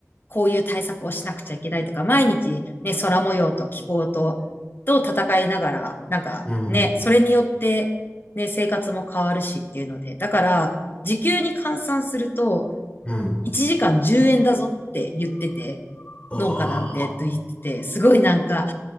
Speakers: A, on the left; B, on the left.
A: こういう対策をしなくちゃいけないとか、毎日ね、空模様と気候と、と戦いながら、なんかね、
B: うん、
A: それによってね、生活も変わるしっていうので、だから、時給に換算すると、
B: うん。
A: 1時間10円だぞって言ってて、
B: ああ、
A: 農家なんてと言ってて、すごいなんか、